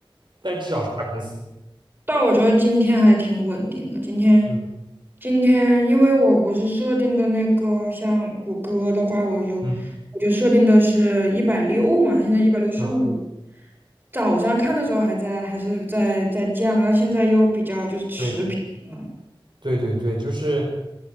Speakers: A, on the right; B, on the right.
A: 但至少是大公司。
B: 但我觉得今天还挺稳定的。今天，
A: 嗯
B: 今天因为我不是设定的那个，像谷歌的话，我就
A: 嗯
B: 我就设定的是一百六嘛，它现在一百六十五。
A: 嗯，
B: 早上看的时候还在还是在在降，然后现在又比较就是持平了。
A: 对对对对，就是。